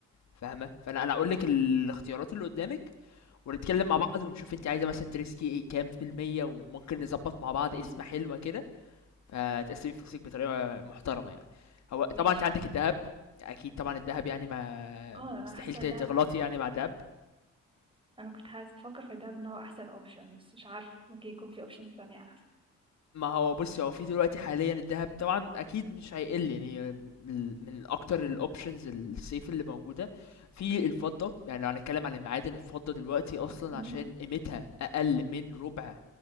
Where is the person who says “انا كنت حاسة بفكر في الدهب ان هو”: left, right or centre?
Right